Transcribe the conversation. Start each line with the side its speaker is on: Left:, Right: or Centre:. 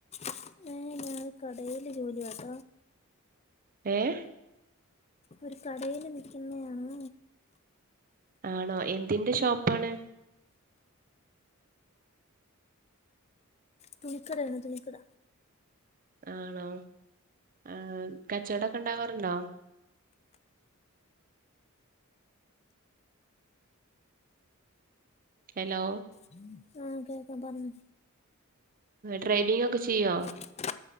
Left: ഏഹ് ഞാന് കടയില് ജോലിയാട്ട
Right: ഏഹ്.
Left: ഒരു കടേല് നിൽക്കുന്നയാണ്
Right: ആണോ എന്തിന്റെ ഷോപ്പാണ്?
Left: തുണി കടയാണ് തുണി കട.
Right: ആണോ ആഹ് കച്ചവടൊക്കെ ഇണ്ടാവാറുണ്ടോ? ഹെലോ
Left: ഉം <inaudible> ആഹ് കേക്കാം പറഞ്ഞോ
Right: ഡ്രൈവിംങൊക്കെ ചെയ്യോ
Left: ഇല്ല